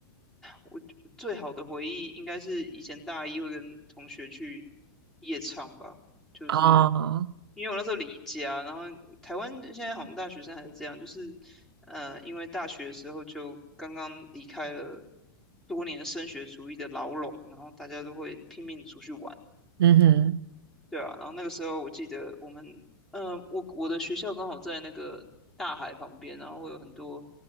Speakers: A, in the centre; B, on the right.
A: 我最好的回忆应该是以前大一会跟同学去夜唱吧，就是
B: 哦，
A: 因为我那时候离家，然后台湾现在好像大学生还是这样，就是呃，因为大学的时候就刚刚离开了多年升学主义的牢笼，然后大家都会拼命出去玩。
B: 嗯哼，
A: 对啊，然后那个时候我记得我们，嗯，我我的学校刚好在那个大海旁边，然后会有很多